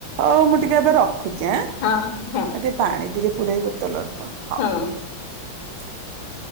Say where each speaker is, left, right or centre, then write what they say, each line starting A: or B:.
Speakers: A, on the right (about 80°); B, on the left (about 70°).
A: ହଉ ମୁଁ ଟିକେ ଏବେ ରଖୁଛି ଆଁ। ଏ
B: ହଁ ହଁ
A: ଟିକେ ପାଣି ଟିକେ ପୁରଇବି ବୋତଲରେ ତ ହଁ।
B: ହଁ।